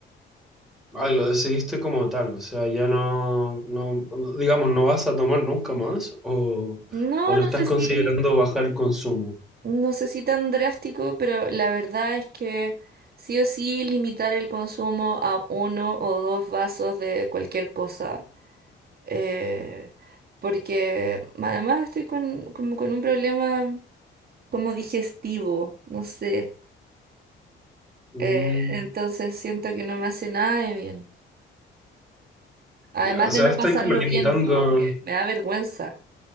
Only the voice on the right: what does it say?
No,
no
sé
si,
no sé si tan drástico, pero la verdad es que sí o sí limitar el consumo a uno o dos vasos de cualquier cosa eh, porque además estoy con, como con un problema como digestivo, no sé.
eh, entonces siento que no me hace nada de bien. Además
de no
pasarlo
bien, como que me da vergüenza